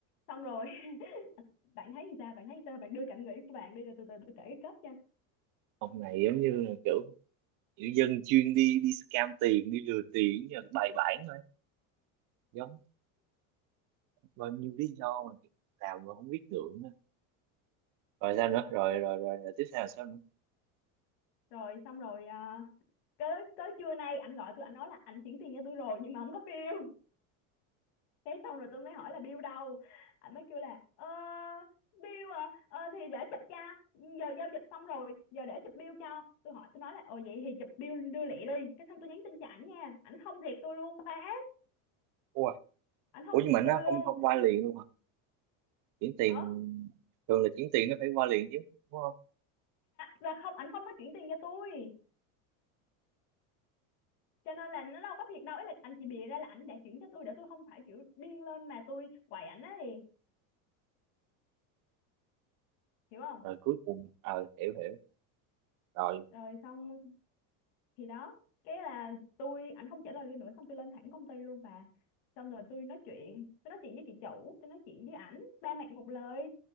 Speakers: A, on the left; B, on the right.
A: xong rồi <laughs> bạn thấy gì ta? Bạn thấy gì ta? Bạn đưa cảm nghĩ của bạn đi rồi từ từ tôi kể cái kết nha.
B: ông này giống như là kiểu kiểu dân chuyên đi đi scam tiền, đi lừa tiền như là bài bản thôi. Giống bao nhiêu lý do mà làm mà không biết ngượng á. Rồi sao nữa? Rồi rồi rồi, rồi tiếp theo là sao nữa?
A: Rồi xong rồi à, tới tới trưa nay ảnh gọi tôi anh nói là ảnh chuyển tiền cho tôi rồi nhưng mà không có bill. Cái xong rồi tôi mới hỏi là bill đâu? ảnh mới kêu là ờ bill à ờ, thì để chụp cho giờ giao dịch xong rồi giờ để chụp bill cho tôi hỏi tôi nói là ồ vậy thì chụp bill đưa lẹ đi cái xong tôi nhắn tin cho ảnh nha ảnh không rep tôi luôn ba
B: Ủa,
A: ảnh không
B: ủa
A: rep
B: nhưng mà nó
A: tôi luôn
B: không không qua liền luôn hả? Chuyển tiền
A: hả
B: thường là chuyển tiền nó phải qua liền chứ, đúng không?
A: là không ảnh không có chuyển tiền cho tôi cho nên là nó đâu có thiệt đâu ấy là anh chỉ bịa ra là ảnh đã chuyển cho tôi để tôi không phải kiểu điên lên mà tôi quậy ảnh á thì hiểu không
B: Rồi cuối cùng ờ hiểu hiểu. Rồi
A: rồi xong thì đó cái là tôi ảnh không trả lời tôi nữa xong tôi lên thẳng công ty luôn bà xong rồi tôi nói chuyện tôi nói chuyện với chị chủ tôi nói chuyện với ảnh ba mặt một lời